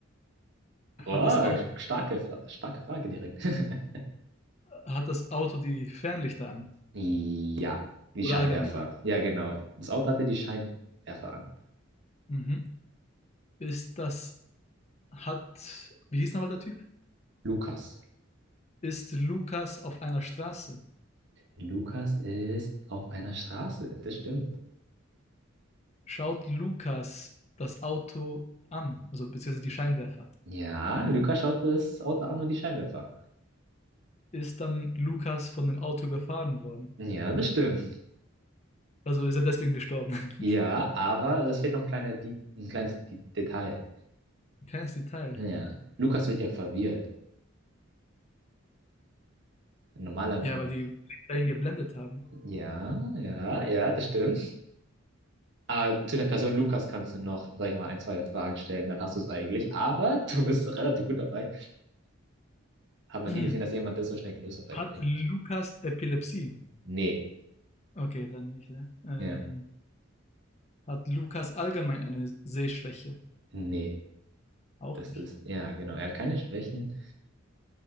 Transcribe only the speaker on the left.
Hat
das Auto,
hat das Auto die Fernlichter an?
Oder
allgemein?
Mhm. Ist das, hat, wie hieß nochmal der Typ?
Ist Lukas auf einer Straße?
Schaut Lukas das Auto an? Also beziehungsweise die Scheinwerfer?
ist dann Lukas von dem Auto überfahren worden.
Also ist er deswegen gestorben.
<laughs>
Ein kleines Detail.
Ja, weil die Polizei ihn geblendet haben.
<clears throat>
Hat
Lukas Epilepsie?
Okay, dann nicht. Ne? Ähm,
hat Lukas allgemein eine Sehschwäche?
Auch
nicht.